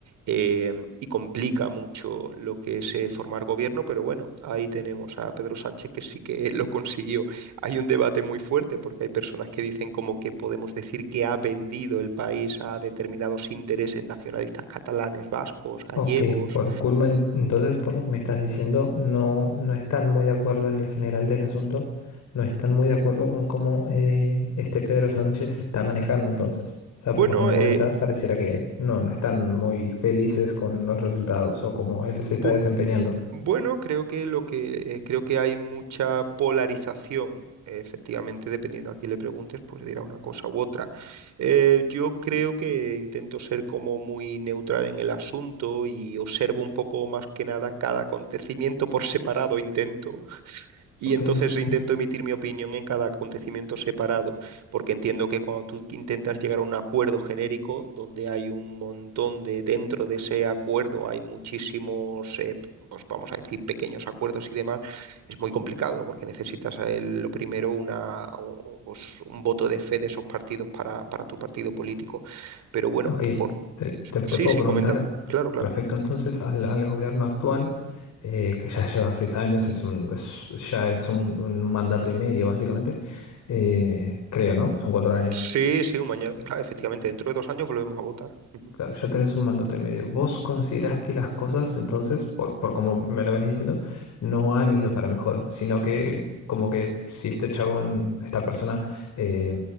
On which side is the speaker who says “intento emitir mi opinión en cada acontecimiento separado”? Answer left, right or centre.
Right